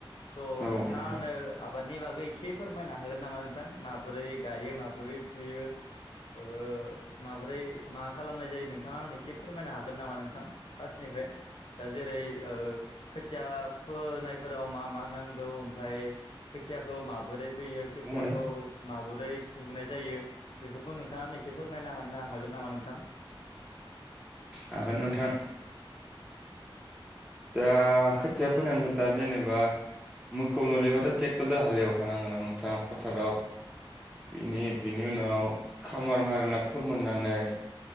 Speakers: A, on the left; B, in the centre.
A: स'
B: औ
A: नोंथाङा
B: नोंथां
A: आंनो आबादनि बागै एसे फोरमायनो हागोन नामा नोंथां माबोरै गायो माबोरै फुयो। ओ माब्रै मा खालामनाय जायो नोंथाङा आंनो एसे फोरमायनो हागोन नामा नोंथां? फार्स्टनिफ्राय दा जेरै ओ खोथिया फोनायफोराव मा मा नांगौ ओमफ्राय खोथियाखौ माबोरै फैयो खोथियाखौ
B: बुंलाय
A: माबोरै फुनाय जायो बेफोरखौ नोंथाङा आंनो एसे फोरमायना हानो हागोन नामा नोंथां?
B: हागोन नोंथां। दा खोथिया फोनानै दा जेनेबा मोखौ नलिबाथ ट्रेक्टरद हालेवखानांगोना नोंथाङा फोथाराव। बिनि बिनि उनाव खामार मारिना फोमोननानै